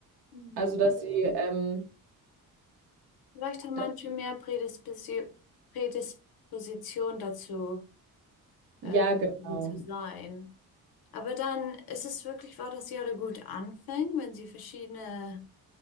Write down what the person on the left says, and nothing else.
Hm.
Vielleicht haben
manche mehr Prädispisi- Prädisposition dazu, äh,
böse zu sein. Aber dann ist es wirklich wahr, dass sie alle gut anfangen, wenn sie verschiedene